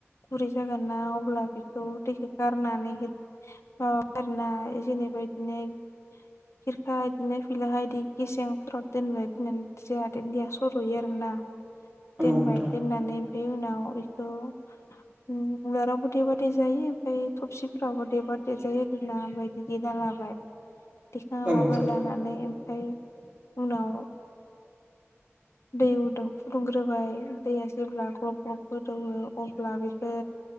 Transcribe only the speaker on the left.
गुरै जागोन ना अब्ला बेखौ दैखौ गारनानै। मा बायो जेनेबा बेदिनो। खिरखा बिदिनो फैला इदि गेसेंफोराव दोनबाय दोननानै जा। दैया सर'यो आरो ना
दोनबाय
दोननानै ओमफफ्राय उनाव बेखौ। उवालावबो देबा देेजायो ओमफ्राय थबसिफोरावबो देबा देरेजायो आरोना बायदि देना लाबाय देखांना
लाबाय लानानै ओमफफ्राय उनाव दै उदुं फुदुंग्रोबाय दैया जेब्ला ग्रब ग्रब गोदौवो अब्ला बेखौ।